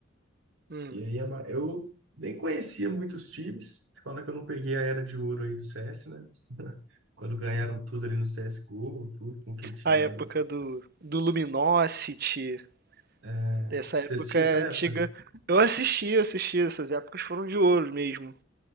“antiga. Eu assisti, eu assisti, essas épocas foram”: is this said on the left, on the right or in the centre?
Right